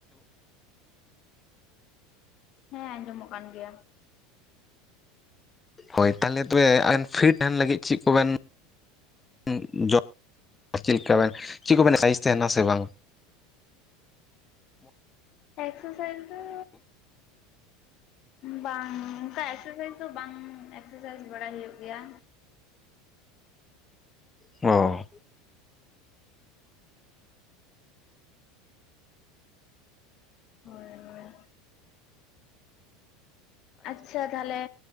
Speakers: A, on the left; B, on the left.
A: ᱦᱮᱸ ᱟᱸᱡᱚᱢ ᱚᱜ ᱠᱟᱱ ᱜᱮᱭᱟ᱾
B: ᱦᱳᱭ ᱛᱟᱦᱞᱮ ᱛᱚᱵᱮ ᱟᱵᱮᱱ ᱯᱷᱤᱴ ᱛᱟᱦᱮᱱ ᱞᱟᱹᱜᱤᱫ ᱪᱮᱫ ᱠᱚ ᱵᱮᱱ <unintelligible> ᱪᱮᱫ ᱞᱮᱠᱟ ᱵᱮᱱ ᱪᱮᱫ ᱠᱚ ᱵᱮᱱ <unintelligible> ᱛᱟᱦᱮᱱᱟ ᱥᱮ ᱵᱟᱝ
A: ᱮᱠᱥᱟᱨ ᱥᱟᱭᱤᱡ ᱫᱚ ᱵᱟᱝ ᱚᱱᱠᱟ ᱮᱠᱥᱟᱨ ᱥᱟᱭᱤᱡ ᱫᱚ ᱵᱟᱝ ᱮᱠᱥᱟᱨ ᱥᱟᱭᱤᱡ ᱵᱟᱲᱟᱭ ᱦᱩᱭᱩᱜ ᱜᱮᱭᱟ᱾
B: ᱚ
A: ᱦᱳᱭ ᱦᱳᱭ ᱟᱪᱪᱷᱟ ᱛᱟᱦᱞᱮ